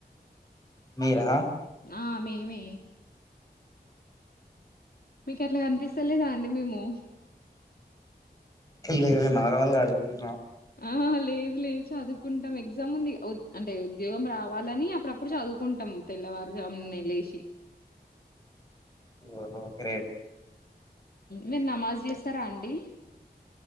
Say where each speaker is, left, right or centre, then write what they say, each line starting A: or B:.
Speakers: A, on the left; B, on the left.
A: మీరా
B: ఆ మేమే మీకట్లా కనిపిస్తలేదా అండి మేము
A: లేదు నార్మల్గా అడుగుతున
B: ఆ లేదు లేదు చదువుకుంటాం ఎగ్జామ్ ఉంది అంటే ఉద్యోగం రావాలని అప్పుడప్పుడు చదువుకుంటా తెల్లవారు జామున లేసి
A: ఓహో గ్రేట్
B: మీరు నమాజ్ చేస్తారా అండి